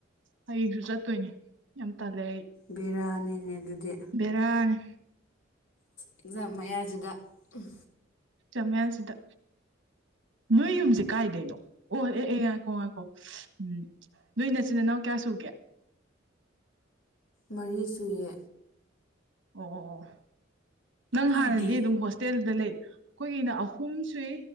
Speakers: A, on the right (about 65°); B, on the left (about 80°).
A: ꯍꯌꯦꯡꯁꯨ ꯆꯠꯇꯣꯏꯅꯦ ꯌꯥꯝ ꯇꯜꯂꯦ ꯑꯩ
B: ꯕꯦꯔꯥꯅꯤꯅꯦ ꯑꯗꯨꯗꯤ
A: ꯕꯦꯔꯥꯅꯤ
B: ꯑꯦꯛꯖꯥꯝ ꯃꯌꯥꯁꯤꯗ ꯎꯝ
A: ꯑꯦꯛꯖꯥꯝ ꯃꯌꯥꯁꯤꯗ ꯅꯣꯏ ꯌꯨꯝꯖꯦ ꯀꯥꯏꯗꯩꯅꯣ ꯑꯣ ꯑꯦ ꯑꯦ ꯉꯥꯏꯈꯣ ꯉꯥꯏꯈꯣ ꯎꯝ ꯅꯣꯏ ꯅꯆꯤꯟ ꯅꯅꯥꯎ ꯀꯌꯥ ꯁꯨꯒꯦ
B: ꯃꯔꯤ ꯁꯨꯌꯦ
A: ꯑꯣ ꯑꯣ ꯑꯣ ꯅꯪ
B: ꯅꯣꯏꯗꯤ
A: ꯍꯥꯟꯅꯗꯤ ꯑꯗꯨꯝ ꯍꯣꯁꯇꯦꯜꯗ ꯂꯩ ꯑꯩꯈꯣꯏꯒꯤꯅ ꯑꯍꯨꯝ ꯁꯨꯏ